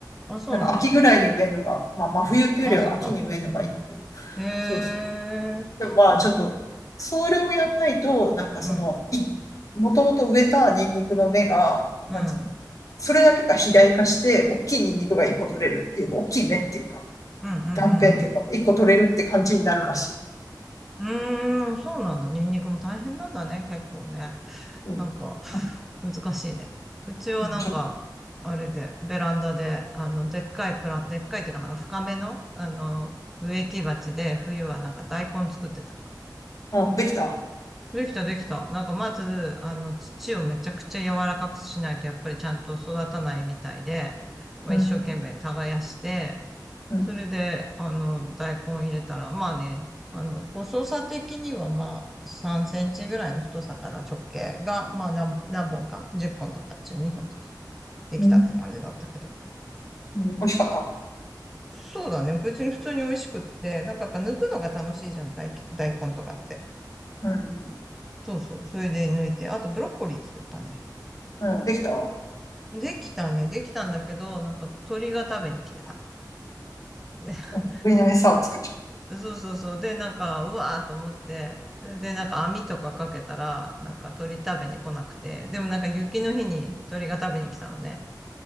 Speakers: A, in the centre; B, on the left (about 50°).
A: あ、そうなんだ。
B: なんか秋ぐらいに植えるのが、まあ、真冬っていうよりは秋に植えるのがいいんだけど、
A: あ、そっか。へえ。
B: そうそう。でもまあちょっと、
A: お
B: それをやんないと、なんかその、
A: うん、うん、
B: い、もともと植えたニンニクの芽が、
A: うん、
B: なんつうの、
A: うん、
B: それだけが肥大化して、大きいニンニクが一個取れるっていうか、大きい芽っていうか、
A: うん、う
B: 断片っていうか、
A: ん。
B: 一個取れるって感じになるらしい。
A: うーん、そうなんだ。ニンニクも大変なんだね、結構ね。
B: うん、
A: なんか、
B: あ、
A: 難しいね。うちはなんか、
B: うんちょっ
A: あれで、ベランダで、あの、でっかいプラン、でっかいっていうかなんか深めの、あの、植木鉢で、冬はなんか大根作ってた。
B: と、うん、できた。
A: できた、できた。なんかまず、あの、土をめちゃくちゃ柔らかくしないと、やっぱりちゃんと育たないみたいで、まあ一生懸命耕して、
B: うん、うん、
A: それで、あの、大根入れたら、まあね、あの、細さ的にはまあ3センチぐらいの太さかな、直径が、まあ何、何本か ?10 本とか12本とかできたって感じだったけど。
B: うん、うん美味しかった。
A: そうだね。別に普通に美味しくって、なんかやっぱ抜くのが楽しいじゃん、大、大根とかって。
B: うん、
A: そうそう。それで抜いて、あとブロッコリー作ったね。
B: うん、うんできた。う
A: できたね。できたんだけど、なんか鳥が食べに来てた。<laughs>
B: ん、上の餌を作っちゃっ
A: で、そうそうそう。で、なんか、うわーと思って、で、なんか網とかかけたら、なんか鳥食べに来なくて、でもなんか雪の日に鳥が食べに来たのね。